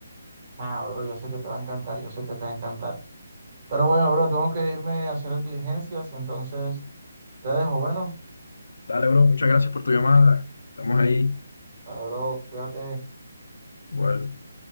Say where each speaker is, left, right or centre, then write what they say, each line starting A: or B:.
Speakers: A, on the right; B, on the left.
A: Nah, bro, yo sé que te va a encantar, yo sé que te va a encantar. Pero bueno, bro, tengo que irme a hacer diligencias, entonces te dejo. Bueno,
B: Dale, bro, muchas gracias por tu llamada. Estamos ahí.
A: para bro, cuídate.
B: Igual.